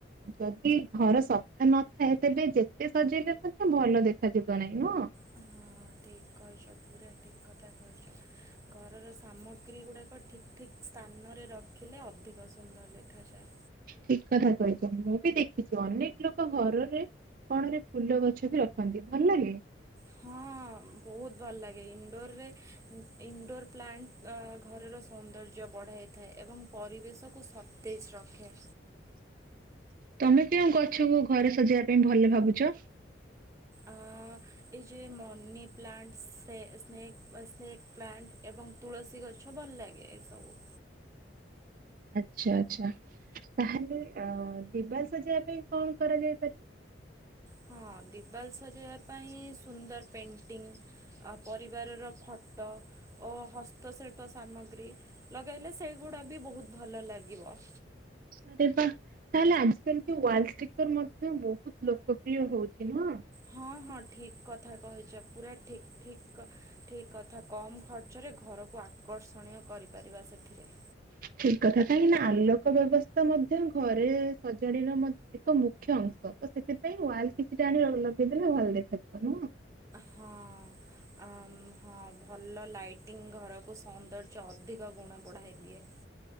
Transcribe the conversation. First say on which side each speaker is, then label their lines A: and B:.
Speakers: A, on the right; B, on the right.
A: ଯଦି ଘର ସଫା ନଥାଏ, ତେବେ ଯେତେ ସଜେଇଲେ ମଧ୍ୟ ଭଲ ଦେଖାଯିବ ନାଇଁ, ନୁହଁ?
B: ହଁ ଠିକ୍ କଇଚ, ପୁରା ଠିକ୍ କଥା କଇଚ। ଘରର ସାମଗ୍ରୀ ଗୁଡାକ ଠିକ୍ ଠିକ୍ ସ୍ଥାନରେ ରଖିଲେ ଅଧିକ ସୁନ୍ଦର ଦେଖାଯାଏ।
A: ଠିକ୍ କଥା କହିଚ, ମୁଁ ବି ଦେଖିଚି, ଅନେକ ଲୋକ ଘରରେ କଣ ରେ ଫୁଲ ଗଛ ବି ରଖନ୍ତି, ଭଲ ଲାଗେ?
B: ହଁ ବହୁତ ଭଲ ଲାଗେ, ଇଣ୍ଡୋର ରେ ଇ ଇନଣ୍ଡୋର୍ ପ୍ଲାଣ୍ଟ ଘରର ସୌନ୍ଦର୍ଯ୍ୟ ବଢ଼ାଇଥାଏ, ଏବଂ ପରିବେଶକୁ ସ ତେଜ୍ ରଖେ।
A: ତମେ କେଉଁ ଗଛକୁ ଘରେ ସଜେଇବା ପାଇଁ ଭଲ ଭାବୁଚ?
B: ଅଁ ଏ ଯେ ମନି ପ୍ଲାଣ୍ଟ, ସେ ସ୍ନେକ୍ ସେକ୍ ପ୍ଲାଣ୍ଟ ଏବଂ ତୁଳସୀ ଗଛ ଭଲ ଲାଗେ, ଏ ସବୁ।
A: ଆଛା ଆଛା, ତାହେଲେ ଅ ଦିବାଲ୍ ସଜେଇବା ପାଇଁ କଣ କରାଯାଇ ପାରିବ?
B: ହଁ ଦିିବାଲ୍ ସଜେଇବା ପାଇଁ ସୁନ୍ଦର ପେଣ୍ଟିଙ୍ଗ୍ ଆଉ ପରିବାରର ଫଟ ଓ ହସ୍ତଶିଳ୍ପ ସାମଗ୍ରୀ, ଲଗାଇଲେ ସେଇଗୁଡ଼ା ବି ବହୁତ ଭଲ ଲାଗିବ।
A: ଆରେ ବାଃ। ତାହେଲେ ଆଜି କାଲି ୱାଲଷ୍ଟିକର ମଧ୍ୟ ବହୁତ ଲୋକପ୍ରିୟ ହଉଚି, ନୁହଁ?
B: ହଁ ହଁ ଠିକ କଥା କହିଚ, ପୁରା ଠିକ୍ ଠିକ୍ କ ଠିକ୍ କଥା, କମ୍ ଖର୍ଚ୍ଚରେ ଘରକୁ ଆକର୍ଷଣୀୟ କରିପାରିବା ସେଥିରେ।
A: ଠିକ୍ କଥା, କାହିଁକିନା ଆଲୋକ ବ୍ୟବସ୍ଥା ମଧ୍ୟ ଘରେ ସଜାଡିର ଏକ ମୁଖ୍ୟ ଅଂଶ। ସେଥିପାଇଁ ୱାଲ କିଛିଟା ଆଣି ଲଗେଇଦେଲେ ଭଲ ଦେଖାଯିବ, ନୁହଁ?
B: ହଁ ଆ ହଁ ଭଲ ଲାଇଟିଂ ଘରକୁ ସୌନ୍ଦର୍ଯ୍ୟ ଅଧିକ ଗୁଣ ବଢ଼ାଇ ଦିଏ।